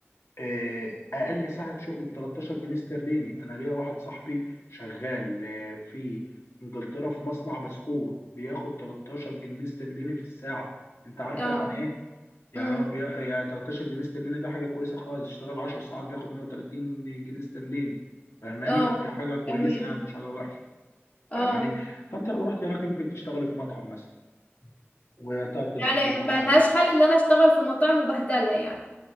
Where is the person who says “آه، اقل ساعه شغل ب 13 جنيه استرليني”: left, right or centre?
Left